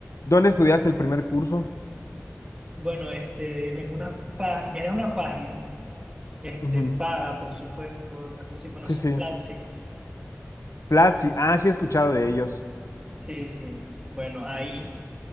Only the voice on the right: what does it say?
Bueno, este, en una página, era una página, este,
paga, por supuesto, no sé si conoces
Platzi.
Sí, sí. Bueno, ahí,